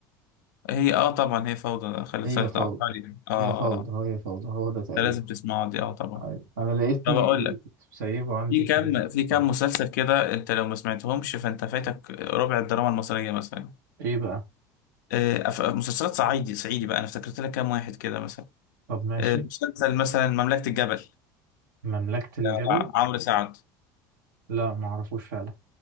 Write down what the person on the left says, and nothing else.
هي اه طبعا هي فوضى خالد
صالح
ده عبقري ده. اه آه،
آه،
ده لازم تسمعه دي اه طبعا
طب اقول لك
في
كام
في كام
مسلسل كده انت لو ما سمعتهمش فانت فايتك ربع الدراما المصرية مثلا
آه، أف- مسلسلات صعيدي صعيدي بقى انا افتكرت لك كام واحد كده مثلا
آه، مسلسل مثلا مملكة الجبل
بتاع عمرو سعد